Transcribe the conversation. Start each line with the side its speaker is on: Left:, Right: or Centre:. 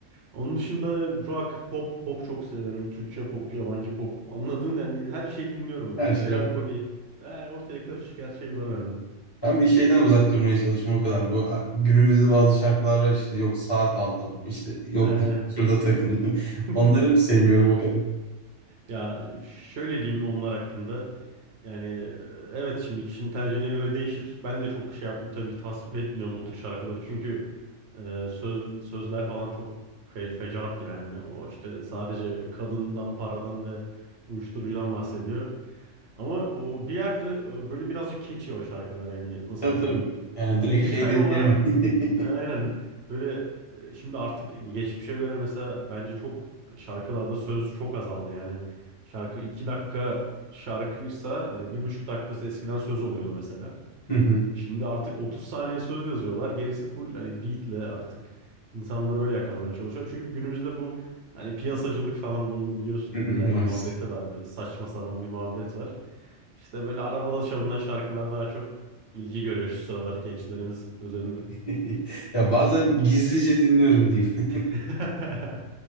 Right: Onun dışında rock, pop, pop çok severim. Türkçe pop, yabancı pop. Anladın yani her şeyi dinliyorum ben.
Left: Her
Right: Melankoli.
Left: şey var.
Right: Yani ortaya karışık her şey var bende.
Left: Ben bir şeyden uzak durmaya çalışıyorum o kadar. Bu a- günümüzde bazı şarkılar var işte yok saat aldım işte yok
Right: Ee,
Left: <laughs> şurada takıldım. <laughs>
Right: <laughs>
Left: Onları sevmiyorum o kadar.
Right: Ya şöyle diyeyim onlar hakkında. Yani e, evet şimdi kişinin tercihine göre değişir. Ben de çok şey yapmıyorum tabii ki tasvip etmiyorum o tür şarkıları. Çünkü e, söz, sözler falan çok fe, fecaat yani. O işte sadece kadından, paradan ve uyuşturucudan bahsediyor. Ama o bir yerde e, böyle birazcık keçi o şarkılar yani nasıl
Left: Tabii
Right: desem.
Left: tabii. Yani
Right: Yani
Left: direkt
Right: müzikal
Left: şey de
Right: olarak
Left: diyemem. <laughs>
Right: e, aynen böyle e, şimdi artık geçmişe göre mesela bence çok şarkılarda söz çok azaldı yani. Şarkı 2 dakika şarkıysa hani bir buçuk dakikası eskiden söz oluyordu mesela.
Left: Hı hı.
Right: Şimdi artık 30 saniye söz yazıyorlar. Gerisi full hani beatle artık insanları öyle yakalamaya çalışıyor. Çünkü günümüzde bu hani piyasacılık falan duyun biliyorsundur
Left: <laughs>
Right: illa
Left: Maalesef.
Right: ki muhabbeti var. Böyle saçma sapan bir muhabbet var. İşte böyle arabada çalınan şarkılar daha çok ilgi görüyor şu sıralar gençlerimiz üzerinde.
Left: <laughs> Ya bazen gizlice dinliyorum diyeyim. <laughs>
Right: <laughs>